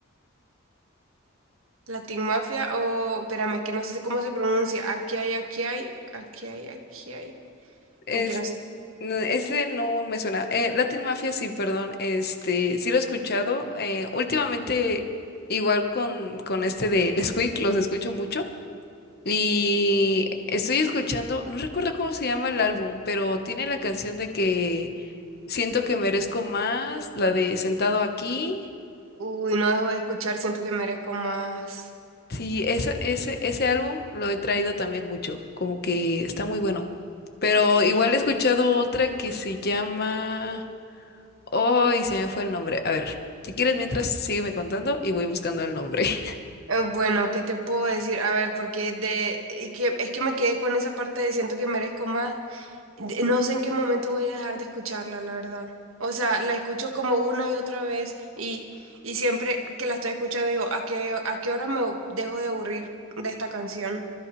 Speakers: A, on the right (about 70°); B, on the left (about 50°).
A: Latin Mafia o, espérame, es que no sé cómo se pronuncia, aquí hay, aquí hay, aquí hay, aquí hay,
B: Es,
A: es que no sé,
B: no, ese no me suena. Eh, Latin Mafia, sí, perdón. Este, sí lo he escuchado. Eh, últimamente, igual con, con este de Nesquik, los escucho mucho. Y estoy escuchando, no recuerdo cómo se llama el álbum, pero tiene la canción de que siento que merezco más, la de Sentado aquí.
A: uy, no dejo de escuchar, siento que merezco más.
B: Sí, esa, ese, ese álbum lo he traído también mucho, como que está muy bueno. Pero
A: Sí.
B: igual he escuchado otra que se llama... Ay, se me fue el nombre. A ver, si quieres, mientras sígueme contando y voy buscando el nombre. <laughs>
A: Eh, Bueno, ¿qué te puedo decir? A ver, porque de, y que, es que me quedé con esa parte de siento que merezco más. de- No sé en qué momento voy a dejar de escucharla, la verdad. O sea, la escucho como una y otra vez y, y siempre que la estoy escuchando digo, ¿a qué, a qué hora me dejo de aburrir de esta canción?